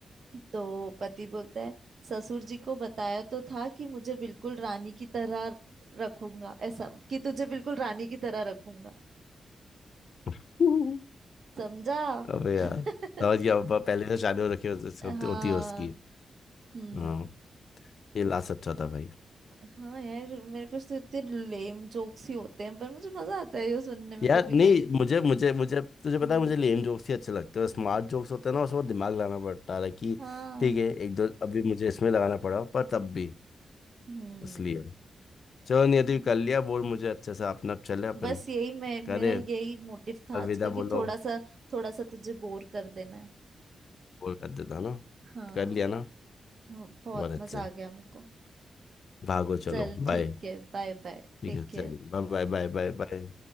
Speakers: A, on the right; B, on the left.
A: तो पति बोलता है ससुर जी को बताया तो था कि मुझे बिल्कुल रानी की तरह रखूंगा ऐसा कि तुझे बिल्कुल रानी की तरह रखूंगा
B: हम्म
A: समझा
B: अबे यार
A: <laughs>
B: समझ गया अब पहले से शादी हो रखी होती
A: हाँ
B: होती- होती है उसकी
A: हम्म
B: हाँ ये लास्ट अच्छा था भाई
A: हाँ यार मेरे पास तो इतने लेम जोक्स ही होते हैं पर मुझे मजा आता है ये सुनने में
B: यार
A: कभी
B: नहीं
A: कभी
B: मुझे मुझे मुझे तुझे पता
A: हम्म
B: है मुझे लेम जोक्स ही अच्छे लगते हैं स्मार्ट जोक्स होते हैं ना उसमें दिमाग लाना पड़ता है like कि
A: हाँ
B: ठीक है एक दो अभी मुझे इसमें लगाना पड़ा पर तब भी
A: हम्म
B: इसलिए चलो नियति कर लिया बोल मुझे अच्छे से अपना अब चले अपन
A: बस यही मैं मेरा
B: करे
A: यही मोटिव था
B: अलविदा
A: आज का कि
B: बोलो
A: थोड़ा सा थोड़ा सा तुझे बोर कर देना है
B: बोल कर देता ना
A: हाँ
B: कर लिया ना
A: हाँ, बहुत
B: बहुत अच्छा
A: मजा आ गया मेरे को
B: भागो चलो
A: चल
B: बाय
A: ठीक है बाय बाय
B: ठीक
A: टेक
B: है चलिए
A: केयर
B: bye bye bye bye bye